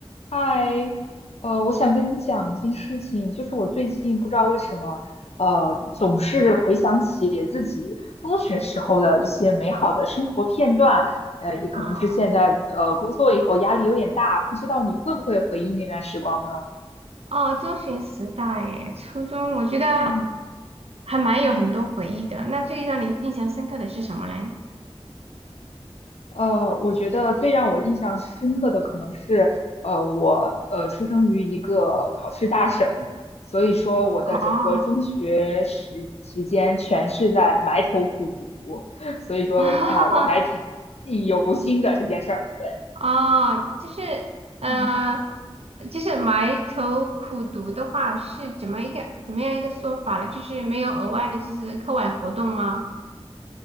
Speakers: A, on the left; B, on the right.
A: 嗨，呃，我想跟你讲一件事情，就是我最近不知道为什么，呃，总是回想起自己中学时候的一些美好的生活片段，呃，也可能是现在呃工作以后压力有点大，
B: 啊，
A: 不知道你会不会回忆那段时光呢？
B: 哦，哦，中学时代，诶，初中，我觉得
A: 嗯。
B: 还蛮有很多回忆的。那最让你印象深刻的是什么嘞？
A: 呃，我觉得最让我印象深刻的可能是，呃，我呃出生于一个考试大省，所以说我的整个中学时时间全是在埋头苦读，
B: 哦，
A: <laughs> 所以说啊，
B: <laughs>
A: 我还挺记忆犹新的这件事儿。对，
B: 哦，就是，呃，
A: 嗯
B: 就是埋头苦读的话，是怎么一个怎么样一个说法呢？就是没有额外的，就是课外活动吗？